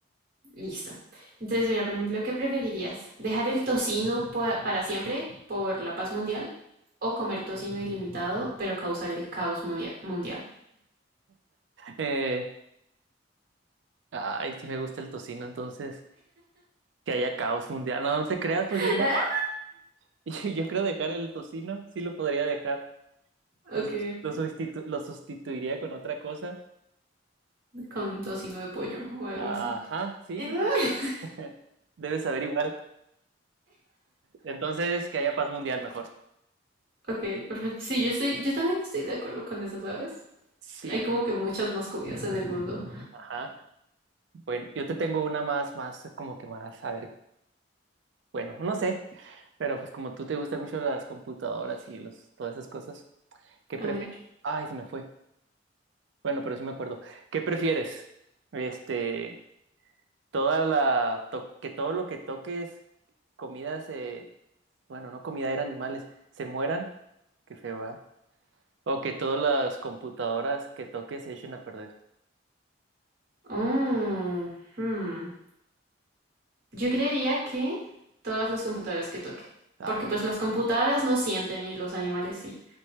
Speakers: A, on the right; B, on the right.
A: Listo. Entonces, mira, por ejemplo, ¿qué preferirías? ¿Dejar el tocino pa- para siempre por la paz mundial o comer tocino ilimitado pero causar el caos mundia- mundial?
B: Eh, ay, sí me gusta el tocino, entonces, que haya caos mundial. No, no te creas,
A: <laughs>
B: pues yo creo, <laughs> yo yo creo dejar el tocino, sí lo podría dejar.
A: Ok,
B: Lo, sus- lo sustitu- lo sustituiría con otra cosa.
A: con tocino de pollo o algo
B: Ajá,
A: así.
B: sí.
A: Mm.
B: <laughs> Debes saber igual. Entonces, que haya paz mundial mejor.
A: Ok, perfecto. Sí, yo estoy, yo también estoy de acuerdo con eso, ¿sabes?
B: Sí.
A: Hay como que muchas más comidas en el mundo.
B: Ajá. Bueno, yo te tengo una más, más, como que más, a ver. Bueno, no sé, pero pues como tú te gustan mucho las computadoras y los, todas esas cosas, ¿qué
A: A
B: prefieres?
A: ver.
B: Ay, se me fue. Bueno, pero sí me acuerdo. ¿Qué prefieres? Este, toda la to- que todo lo que toques, comidas, se, bueno, no comida, eran animales, se mueran. Qué feo, ¿verdad? O que todas las computadoras que toques se echen a perder.
A: Oh, hmm. Yo creería que todas las computadoras que toque.
B: Ay,
A: Porque pues las computadoras no sienten y los animales sí.